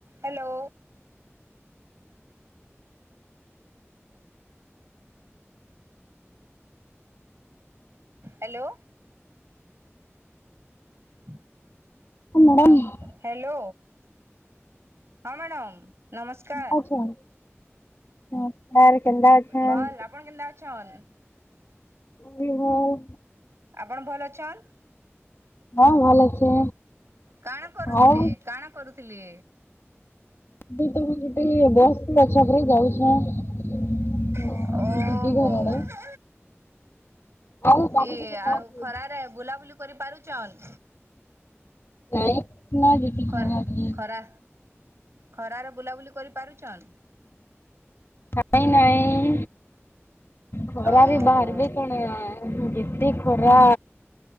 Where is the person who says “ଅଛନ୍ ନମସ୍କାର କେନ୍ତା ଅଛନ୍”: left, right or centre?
Left